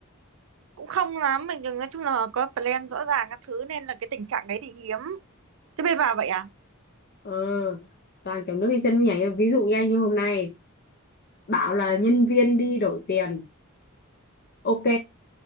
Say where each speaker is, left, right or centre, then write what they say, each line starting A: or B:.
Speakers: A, on the right; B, on the left.
A: cũng không lắm, mình đừng nói chung là có plan rõ ràng các thứ nên là cái tình trạng đấy thì hiếm. Thế bên bà vậy à?
B: Ờ, toàn kiểu nước lên chân mới nhảy. Ví dụ như anh như hôm nay bảo là nhân viên đi đổi tiền. Ok,